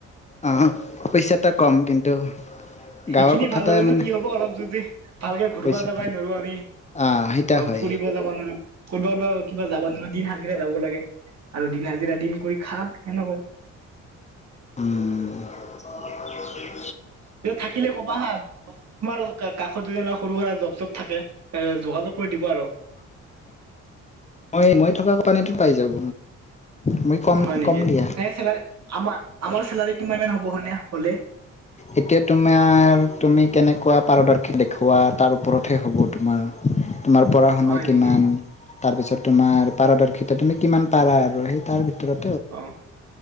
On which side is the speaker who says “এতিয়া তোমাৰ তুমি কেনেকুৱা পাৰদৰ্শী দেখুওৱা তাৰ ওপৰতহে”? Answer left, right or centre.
Left